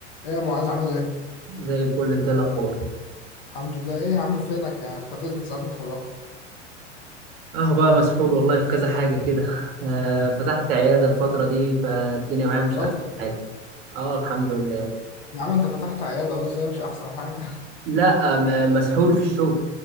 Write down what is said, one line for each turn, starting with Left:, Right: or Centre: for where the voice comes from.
Left: ايه يا معاذ عامل ايه؟
Right: زي الفل انت ايه الاخبار
Left: الحمد لله ايه يا عم فينك يا اختفيت من ساعة ما اتخرجت
Right: اهو بقى مسحول والله في كذا حاجه كده آه فتحت عياده الفتره دي فالدنيا معايا مش
Left: راجل
Right: احسن حاجه اه الحمد لله
Left: يا عم انت فتحت عيادة اهو ازاي مش احسن حاجة
Right: لا م- مسحول في الشغل